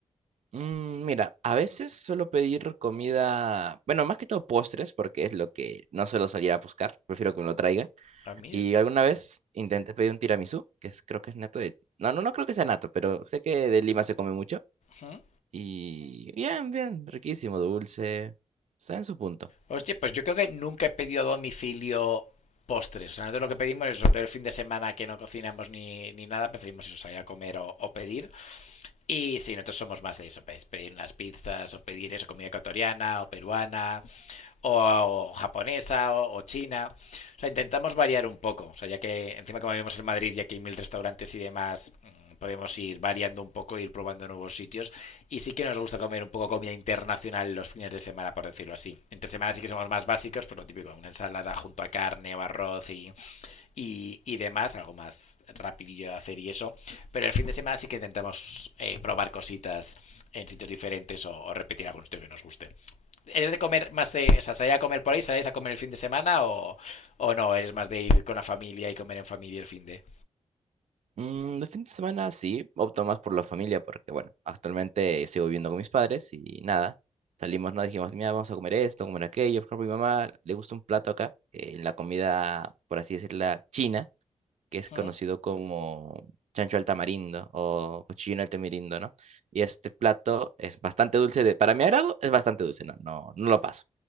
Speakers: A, on the right (about 65°); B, on the left (about 65°).
A: Mm, Mira, a veces suelo pedir comida, bueno, más que todo postres, porque es lo que no suelo salir a buscar, prefiero que me lo traigan.
B: A mí.
A: Y alguna vez intenté pedir un tiramisú, que es, creo que es nato de... No, no, no creo que sea nato, pero sé que de Lima se come mucho.
B: ¿Mm?
A: Y bien, bien, riquísimo, dulce, está en su punto.
B: Hostia, pues yo creo que nunca he pedido a domicilio postres. O sea, nosotros lo que pedimos es, sobre todo el fin de semana que no cocinamos ni, ni nada, preferimos eso, salir a comer o, o pedir. Y sí, nosotros somos más de eso, pues, pedir unas pizzas o pedir eso, comida ecuatoriana o peruana o, o japonesa o, o china. O sea, intentamos variar un poco. O sea, ya que encima como vivimos en Madrid y aquí hay mil restaurantes y demás, mm, podemos ir variando un poco, ir probando nuevos sitios. Y sí que nos gusta comer un poco comida internacional los fines de semana, por decirlo así. Entre semanas sí que somos más básicos, pues lo típico, una ensalada junto a carne o arroz y y, y demás, algo más rapidillo de hacer y eso. Pero el fin de semana sí que intentamos eh, probar cositas en sitios diferentes o, o, repetir algún sitio que nos guste. ¿Eres de comer más de, o sea, salir a comer por ahí, salís a comer el fin de semana o, o no? ¿Eres más de ir con la familia y comer en familia el fin de?
A: Mm, de fin de semana sí, opto más por la familia porque, bueno, actualmente sigo viviendo con mis padres y nada. Salimos, no dijimos, mira, vamos a comer esto, comer aquello. Por ejemplo, mi mamá le gusta un plato acá, eh, la comida, por así decirla, china, que es conocido
B: ¿Mm?
A: como chancho al tamarindo o cochino al tamarindo, ¿no? Y este plato es bastante dulce, de, para mi agrado es bastante dulce, no, no, no lo paso.